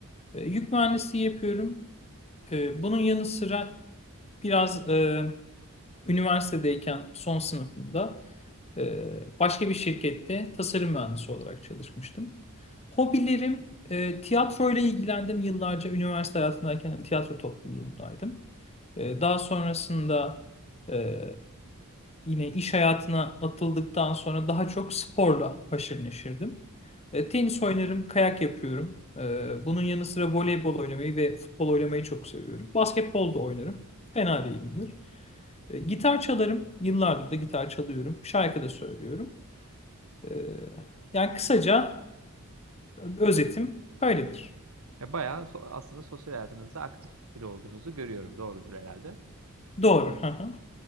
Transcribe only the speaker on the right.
Ya bayağı so- aslında sosyal hayatınızda aktif biri olduğunuzu görüyorum. Doğrudur herhalde.